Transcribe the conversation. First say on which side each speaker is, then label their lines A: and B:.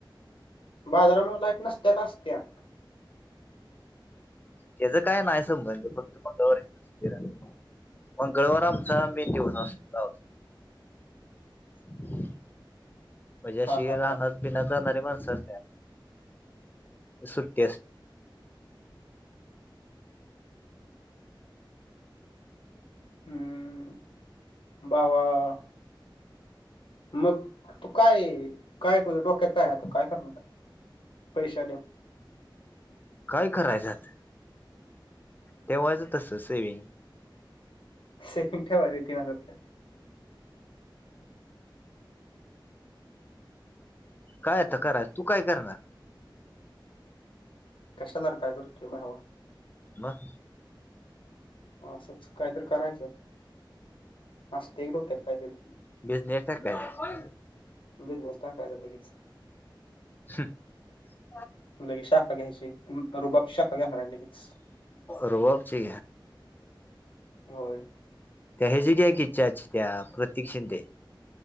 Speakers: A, on the left; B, on the left.
A: बाजारामुळं लाईट नसत्या का असत्या?
B: त्याचा काय नाही संबंध. फक्त कोण वार ए - मंगळवार आमचा मेन दिवस असतो. <unintelligible> राहणार
A: हा हा हा
B: पिणा खाणारी माणस असत्या. सुट्टी अस-
A: हम्म. बावा- मग तू काय? काय तुझ्या डोक्यात काय आता? काय करणार आता? पैशे आल्यावर.
B: काय करायल्यात? ठेवायचं तस सेविंग.
A: सेविंग‌ ठेवायचे तीन हजार रुपये.
B: काय आता कराय? तू काय करणार?
A: कशाला काय करतोय भावा.
B: मग?
A: असंच काहीतरी करायचं. असतय डोक्यात काहीतरी.
B: बिझनेस टाक काय?
A: बिझनेस टाकायचा लगेच.
B: <unintelligible>
A: लगेच शाखा घ्यायची. रुबाब शाखा घेणार आहे लगेच.
B: रुबाबची?
A: होय
B: त्या ह्याची घ्यायची चाची त्या प्रतीक शिंदे.